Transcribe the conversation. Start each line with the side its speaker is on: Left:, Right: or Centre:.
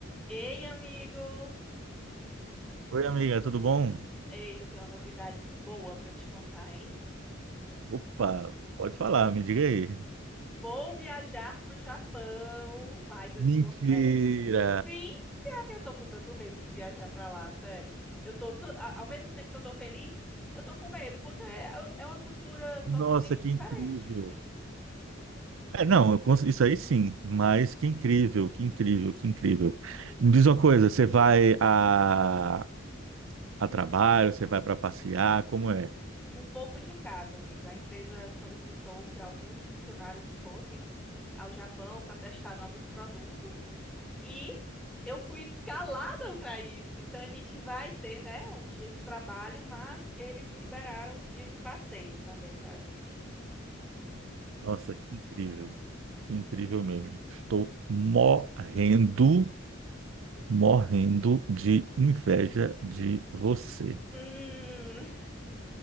Centre: Ei, amigo!
Right: Oi, amiga, tudo bom?
Centre: Eita, tem uma novidade boa para te contar, hein?
Right: Opa, pode falar, me diga aí.
Centre: Vou viajar pro Japão, mas eu
Right: Mentira!
Centre: te confesso. Sim, cara, eu tô com tanto medo de viajar para lá, sério. Eu tô, tan- a- ao mesmo tempo que eu tô feliz, eu tô com medo, porque é, é uma cultura
Right: Nossa,
Centre: totalmente
Right: que
Centre: diferente.
Right: incrível! É, não, eu cons- isso aí sim, mas que incrível, que incrível, que incrível.
Centre: E
Right: Me diz uma coisa, você vai a, a trabalho, você vai para passear, como é?
Centre: um pouco de cada, amigo. A empresa solicitou que alguns funcionários fossem ao Japão para testar novos produtos e eu fui escalada para isso. Então a gente vai ter, né, os dias de trabalho, mas eles liberaram os dias de passeio também para a gente.
Right: Nossa, que incrível, que incrível mesmo. Estou morrendo, morrendo de inveja de você,
Centre: Hum,